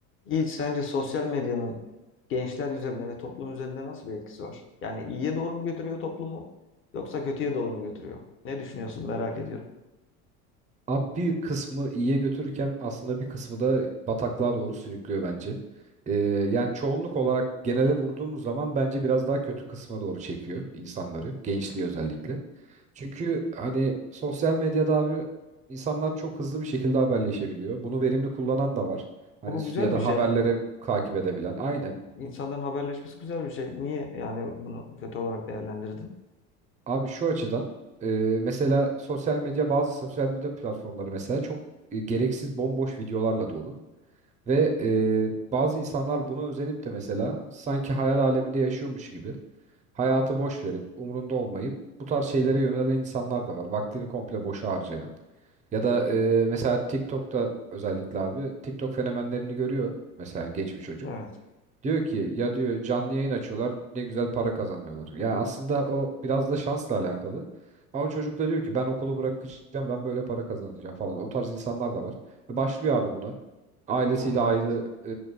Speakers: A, on the left; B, on the right.
A: Yiğit, sence sosyal medyanın gençler üzerinde ve toplum üzerinde nasıl bir etkisi var? Yani iyiye doğru mu götürüyor toplumu yoksa kötüye doğru mu götürüyor? Ne düşünüyorsun merak ediyorum.
B: Abi bir kısmı iyiye götürürken aslında bir kısmı da bataklığa doğru sürüklüyor bence. Ee, yani çoğunluk olarak genele vurduğumuz zaman bence biraz daha kötü kısma doğru çekiyor insanları, gençliği özellikle. Çünkü hani sosyal medyada abi insanlar çok hızlı bir şekilde haberleşebiliyor. Bunu verimli kullanan da var. Hani
A: Ama bu
B: s-
A: güzel
B: ya da
A: bir şey.
B: haberleri takip edebilen. Aynen.
A: İnsanların haberleşmesi güzel bir şey. Niye yani bunu kötü olarak değerlendirdin?
B: Abi şu açıdan e, mesela sosyal medya bazı sosyal medya platformları mesela çok e, gereksiz bomboş videolarla dolu. Ve e, bazı insanlar buna özenip de mesela sanki hayal aleminde yaşıyormuş gibi hayatı boş verip umrunda olmayıp bu tarz şeylere yönelen insanlar da var. Vaktini komple boşa harcayan. Ya da e, mesela TikTok'ta özellikle abi TikTok fenomenlerini görüyor mesela genç bir çocuk.
A: Evet.
B: Diyor ki ya diyor canlı yayın açıyorlar ne güzel para kazanıyorlar. Ya aslında o biraz da şansla alakalı. Ama çocuk da diyor ki ben okulu bırakacağım ben böyle para kazanacağım falan. O tarz insanlar da var. Ve başlıyor abi buna ailesiyle
A: Evet,
B: ayrı
A: evet.
B: e,